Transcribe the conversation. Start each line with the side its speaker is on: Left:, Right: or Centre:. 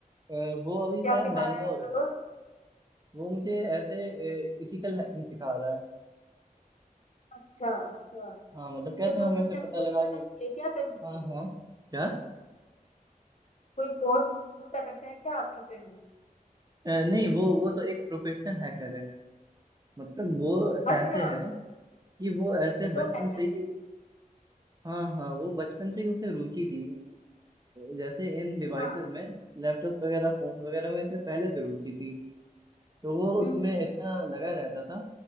Right: ए, वो अभी शायद
Left: क्या सिखा
Right: बैंगलोर
Left: रहा है आपका
Right: है वो मुझे ऐसे इथिकल हैकिंग सिखा रहा है
Left: अच्छा अच्छा
Right: हाँ मतलब
Left: उसने
Right: कैसे
Left: प्रोफेशनल
Right: हमें से पता
Left: कोर्स
Right: लगा
Left: कर
Right: कि
Left: रखा है क्या कहीं से
Right: हाँ हाँ क्या
Left: कोई कोर्स कर रखा है क्या आपके फ्रेंड ने
Right: अ, नहीं वो वो तो एक प्रोफेशनल हैकर है मतलब वो ऐसे
Left: अच्छा
Right: है कि वो ऐसे
Left: तो
Right: बचपन
Left: हैकर
Right: से ही हाँ हाँ वो बचपन से ही उसे रुचि थी जैसे इन डिवाइसेस
Left: हाँ
Right: में लैपटॉप वगैरह फोन वगैरह में इसे पहले से रुचि थी तो वो
Left: हम्म
Right: उसमें
Left: हम्म
Right: इतना लगा रहता था